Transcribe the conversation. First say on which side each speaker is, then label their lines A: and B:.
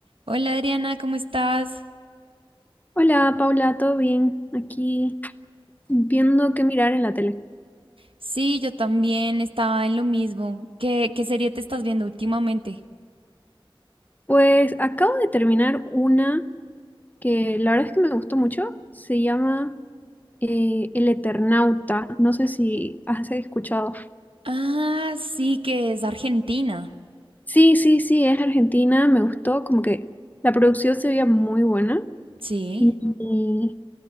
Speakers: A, on the right (about 75°); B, on the left (about 20°).
A: Hola Adriana, ¿cómo estás?
B: Hola Paula, ¿todo bien? Aquí viendo qué mirar en la tele.
A: Sí, yo también estaba en lo mismo. ¿Qué, qué serie te estás viendo últimamente?
B: Pues acabo de terminar una que la verdad es que me gustó mucho. Se llama eh, El Eternauta. No sé si has escuchado.
A: Ah, sí, que es Argentina.
B: Sí, sí, sí, es argentina. Me gustó. Como que la producción se veía muy buena.
A: Sí,
B: Y